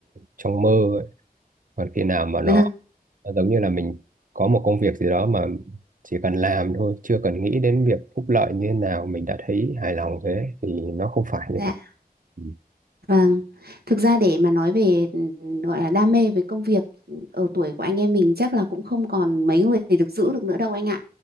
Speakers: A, on the right (about 55°); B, on the right (about 80°).
A: trong mơ còn khi nào mà nó
B: vâng
A: nó giống như là mình có một công việc gì đó mà chỉ cần làm thôi chưa cần nghĩ đến việc phúc lợi như thế nào mình đã thấy hài lòng rồi đấy thì nó không phải như
B: dạ
A: vậy Ừ.
B: vâng thực ra để mà nói về ừm, gọi là đam mê với công việc ở tuổi của anh em mình chắc là cũng không còn mấy người được giữ được nữa đâu anh ạ